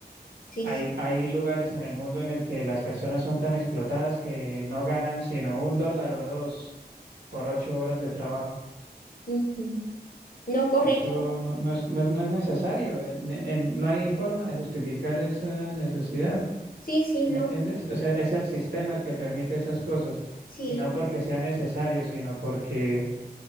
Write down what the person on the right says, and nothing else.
Hay,
hay lugares en el mundo en el que las personas son tan explotadas que no ganan sino un dólar o dos por ocho horas de trabajo.
Eso
no, no es, no es, no es necesario. eh, ne- en- no hay forma de justificar esa necesidad.
¿Sí
me entiendes? O sea, es el sistema el que permite esas cosas
y no porque sea necesario, sino porque,